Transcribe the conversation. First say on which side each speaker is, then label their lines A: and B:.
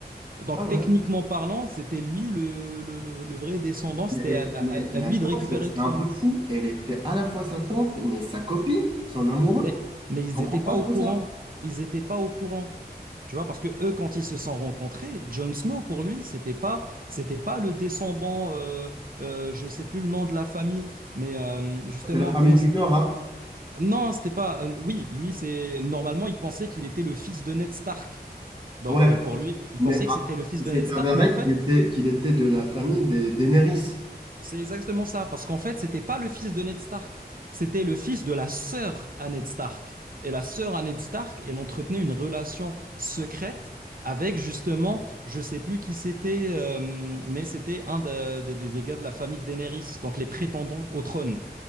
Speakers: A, on the right (about 55°); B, on the right (about 30°).
A: Donc
B: Ah ouais.
A: techniquement parlant, c'était lui le, le- le- le vrai descendant, c'était
B: Mais,
A: à à-
B: mais,
A: à
B: mais
A: lui
B: attends,
A: de récupérer
B: c'est c'est
A: le trône.
B: un peu fou. Elle était à la fois sa tante, mais sa copine, son amoureux.
A: Mais, mais
B: Je
A: ils
B: comprends
A: n'étaient pas
B: pas trop
A: au courant.
B: ça.
A: Ils n'étaient pas au courant. Tu vois, parce que eux, quand ils se sont rencontrés, Jon Snow, pour lui, c'était pas, c'était pas le descendant, euh, euh, je sais plus le nom de la famille, mais euh, justement,
B: C'est la famille
A: comment
B: du
A: c'était?
B: Nord, hein.
A: Non, c'était pas. euh, oui, lui, c'est normalement, il pensait qu'il était le fils de Ned Stark. Donc
B: Ouais.
A: euh, pour lui, il
B: Mais
A: pensait que
B: ah,
A: c'était le fils
B: il
A: de
B: s'est
A: Ned Stark,
B: avéré
A: mais en fait,
B: qu'il était, qu'il était de la famille des Daenerys.
A: C'est exactement ça, parce qu'en fait, c'était pas le fils de Ned Stark, c'était le fils de la sœur à Ned Stark. Et la sœur à Ned Stark, elle entretenait une relation secrète avec justement, je sais plus qui c'était, euh, mais c'était un de- des des- des gars de la famille de Daenerys, donc les prétendants au trône.